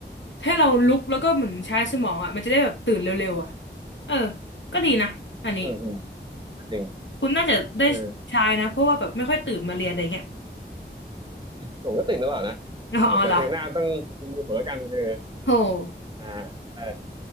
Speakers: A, on the left; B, on the right.
A: ให้เราลุกแล้วก็เหมือนใช้สมองอ่ะมันจะได้แบบตื่นเร็วๆอ่ะเออก็ดีนะอันนี้
B: อืมอืมอืมอืมจริง
A: คุณน่าจะได้ใช้นะเพราะว่าแบบไม่ค่อยตื่นมาเรียนอะไรเงี้ย
B: เออ ผมก็ติดตลอดนะ
A: <laughs> อ๋ออ๋อเหรอ
B: แต่เทอมหน้าต้องมีผมแล้วกันเออ
A: โห
B: อ่าได้